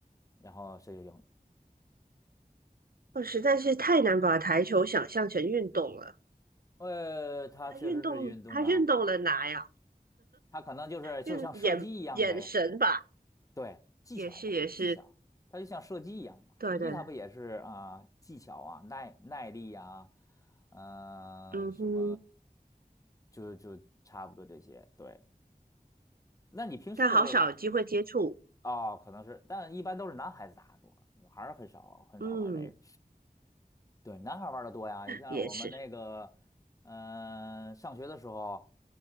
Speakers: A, on the left (about 20°); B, on the right (about 70°).
A: 然后谁就赢。
B: 我实在是太难把台球想象成运动了。
A: 呃，它确实是运动啊，
B: 它运动，它运动了哪呀？
A: 它可能就是就像射击一样呗。
B: 运眼眼神吧，
A: 对，技巧嘛，
B: 也是也是，
A: 技巧，它就像射击一样嘛，
B: 对对，
A: 射击它不也是啊、技巧啊，耐耐力呀、嗯、
B: 嗯哼，
A: 什么，就就差不多这些。对，那你平时有
B: 但好少有机会接触，
A: 哦，可能是，但一般都是男孩子打的多，女孩儿很少很少玩这个。
B: 嗯，
A: 对，男孩儿玩的多呀，你像我们那个，
B: 也是
A: 嗯、上学的时候